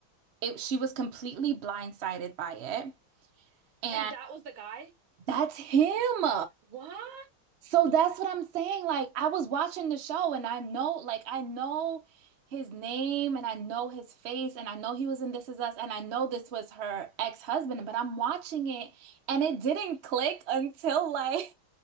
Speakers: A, on the right (about 60°); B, on the right (about 80°).
A: it she was completely blindsided by it. And
B: And that was the guy?
A: that's him.
B: What?
A: So that's what I'm saying. Like I was watching the show and I know, like I know his name and I know his face and I know he was in This Is Us and I know this was her ex-husband, but I'm watching it and it didn't click until like